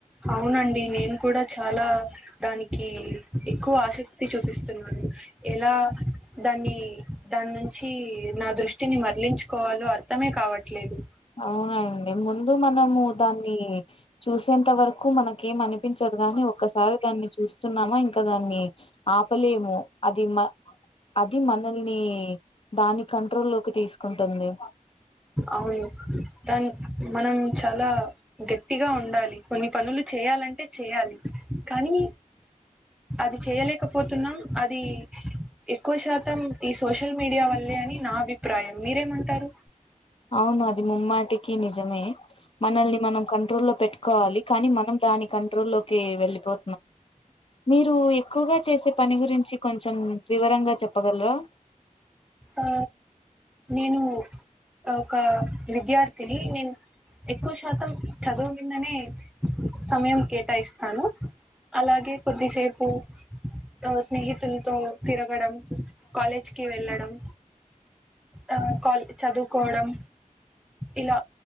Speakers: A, in the centre; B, on the left.
A: అవునండి నేను కూడ చాలా దానికీ ఎక్కువ అశేక్తి చూపిస్ న్నాన్ ఎలా దాన్ని దాన్నుంచీ నా దృష్ట్ ట్టిని మరలించుకోవాలో అర్థమే కావట్లేదు
B: అవునండి ముందు మనము దాన్నీ చూసేంత వరకు మనకేం అనిపించ కాని ఒక్కసారి దాన్ని చూస్తున్నామా ఇంకా దాన్ని ఆపలేము అది మ అది మనల్ని దాని కంట్రోల్ లోకి తీస్కుంటుంది
A: అవును దాన్ మనం చాల గట్టిగా ఉండాలి కొన్ని పనులు చేయాలంటే చేయాలి కానీ అది చేయలేకపోతున్నా అది ఎక్కువ శాతం ఈ సోషల్ మీడియా వల్లే అని నా అభిప్రాయం మీరేమంటారు
B: అవును అది ముమ్మాటికి నిజమే మనల్ని మనం కంట్రోల్లో పెట్టుకోవాలి కానీ మనం దాని కంట్రోల్లోకి వెళ్ళిపో మీరు ఎక్కువగా చేసే పని గురించి కొంచెం వివరంగా చె ప్పగలరా
A: ఆ నేను ఒక విద్యార్థిని నేన్ ఎక్కువ శాతం చదువు మిందనే సమయం కేటాయిస్తాను అలాగే కొద్దిసేపు ఆ స్నేహితులతో తిరగడం కాలేజ్కి వెళ్ళడం ఆ కాల చదువుకోవడం ఇలా